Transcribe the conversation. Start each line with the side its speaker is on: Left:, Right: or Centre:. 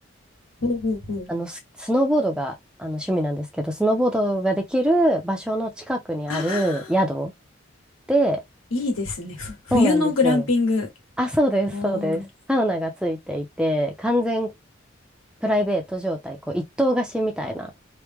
Left: ほうほうほう。
Centre: あの、ス、スノーボードが、あの、趣味なんですけど、スノーボードができる場所の近くにある宿
Left: ああ
Centre: で、
Left: いいですね。ふ、冬のグランピング。
Centre: そうなんですよ。あ、そうです、
Left: おー
Centre: そうです。サウナがついていて、完全プライベート状態、こう、一棟貸しみたいな